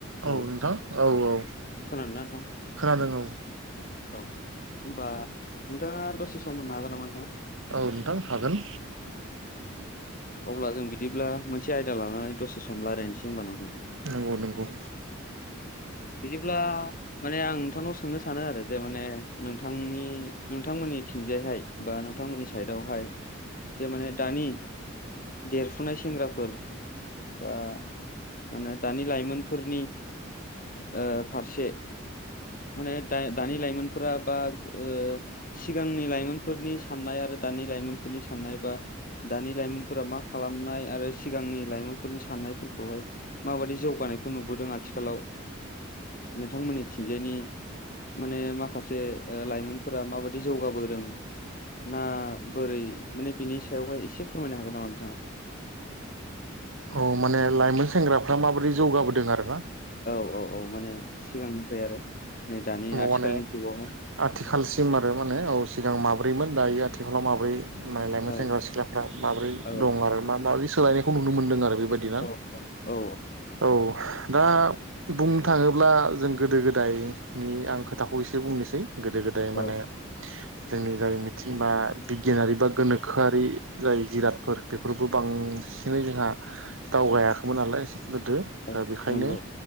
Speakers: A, on the left (about 45°); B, on the right (about 80°).
A: हेलौ
B: औ नोंथां औ औ
A: खोनादोंना नोंथां
B: खोनादों औ।
A: औ होमबा नोंथाङा दसे सम होनो हागोन नामा नोंथां?
B: औ नोंथां हागोन।
A: अब्ला जों बिदिब्ला मोनसे आयदा लानानै दसे सम लायरायनोसै होमबा नोंथां।
B: नोंगौ नोंगौ
A: बिदिब्ला माने आं नोंथांनाव सोंनो सानो आरो जे माने नोंथांनि नोंथांमोननिथिंजायहाय बा नोंथांमोननि साइडआवहाय जे माने दानि देरफुनाय सेंग्राफोर बा मानो दानि लाइमोनफोरनि ओ फारसे माने दाय-दानि लाइमोनफोरा बा ओ सिगांनि लाइमोनफोरनि साननाय आरो दानि लाइमोनफोरनि साननाय बा दानि लाइमोन फोरा मा खालामनाय आरो सिगांनि लाइमोनफोरनि साननायफोरखौहाय। माबायदि जौगानायखौ नुबोदों आथिखालाव नोंथांमोननिथिंजायनि माने माखासे ओ लाइमोनफोरा माबायदि जौगाबोदों? ना बोरै माने बिनि सायावहाय एसे फोरमायनो हागोन नामा नोंथाङा?
B: औ माने लाइमोन सेंग्राफ्रा माबोरै जौगाबोदों आरो ना?
A: औ औ औ माने सिगांनिफाय आरो नै दानि
B: माने
A: आथिखालनि जुगाव।
B: आथिखालसिम आरो माने औ सिगां माब्रैमोन दायो आथिखालाव माब्रै माय लाइमोन
A: औ
B: सेंग्रा सिख्ला फ्रा माब्रै
A: औ
B: दं आरो मा माबि सोलायनाय खौ नुनो मोनदों आरो बेबायदिना।
A: औ औ
B: औ दा बुंनो थाङोब्ला जों गोदो गोदायनि आं खोथाखौ एसे बुंनोसै गोदो गोदाय माने
A: औ
B: जोंनि जाय मिथिं बा बिगियानारि बा गोनोखोआरि जाय जिरादफोर बेफोरबो बां सिनै जोंहा दावगायाखैमोन नालाय एसे गोदो। ओ
A: औ
B: बेखायनो
A: नंगौ